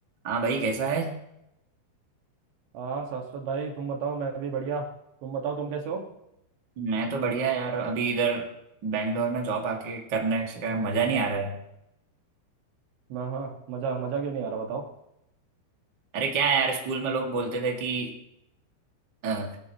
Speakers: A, on the right; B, on the right.
A: हाँ भाई कैसा है
B: हाँ शाश्वत भाई तुम बताओ मैं भी बढ़िया तुम बताओ तुम कैसे हो
A: मैं तो बढ़िया यार अभी इधर बैंगलोर में जॉब आके करने का मजा नहीं आ रहा है
B: हाँ हाँ मजा मजा क्यों नहीं आ रहा बताओ
A: अरे क्या है यार स्कूल में लोग बोलते थे कि अ,